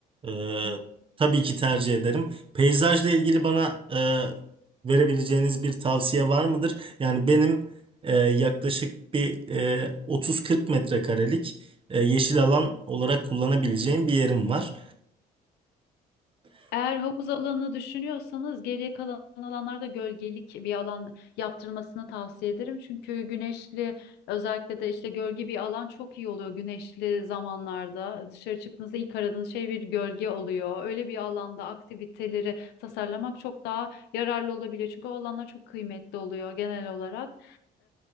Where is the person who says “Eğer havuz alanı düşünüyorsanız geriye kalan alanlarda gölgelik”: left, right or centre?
Left